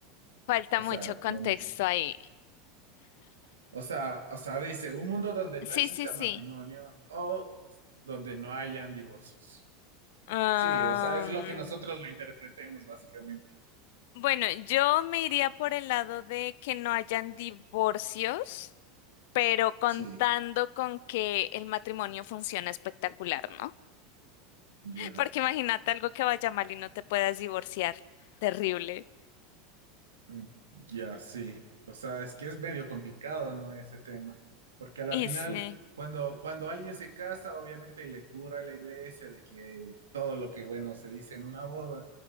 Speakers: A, on the left (about 65°); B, on the right (about 90°).
A: Falta
B: O
A: mucho
B: sea,
A: contexto
B: don-
A: ahí.
B: O sea, o sea, dice, un mundo donde no
A: Sí,
B: exista
A: sí, sí.
B: matrimonio o donde no hayan divorcios.
A: Am,
B: Sí, o sea, es lo que nosotros lo interpretemos básicamente.
A: bueno, yo me iría por el lado de que no hayan divorcios, pero contando
B: Sí,
A: con que el matrimonio funciona espectacular, ¿no?
B: ya.
A: Porque imagínate algo que vaya mal y no te puedas divorciar. Terrible.
B: Mm, Ya, sí. O sea, es que es medio complicado, ¿no? Ese tema. Porque a la final,
A: Y sí,
B: cuando, cuando alguien se casa, obviamente le cura a la iglesia de que todo lo que, bueno, se dice en una boda.